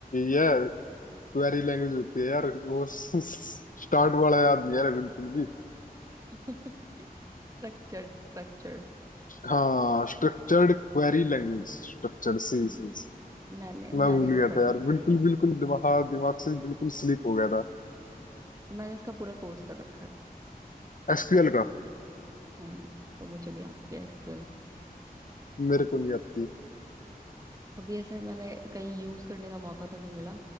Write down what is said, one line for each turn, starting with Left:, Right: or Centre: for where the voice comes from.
Left: ये है क्वेरी लैंग्वेज होती है यार वो <laughs> स्टार्ट वाला याद नहीं यार बिल्कुल भी
Right: स्ट्रक्चर्ड स्ट्रक्चर्ड
Left: हाँ स्ट्रक्चर्ड क्वेरी लैंग्वेज स्ट्रक्चर सी
Right: हम्म
Left: सी
Right: मैंने मैंने
Left: मैं भूल
Right: भी
Left: गया
Right: पढ़
Left: था
Right: रखा
Left: यार बिल्कुल
Right: है ये।
Left: बिल्कुल दिमाग हाँ दिमाग से बिल्कुल स्लिप हो गया था
Right: मैंने इसका पूरा कोर्स कर रखा है
Left: एसक्यूएल का
Right: हम्म तो मुझे भी आती है एसक्यूएल
Left: मेरे को नहीं आती
Right: कभी ऐसे मैंने कहीं यूज करने का मौका तो नहीं मिला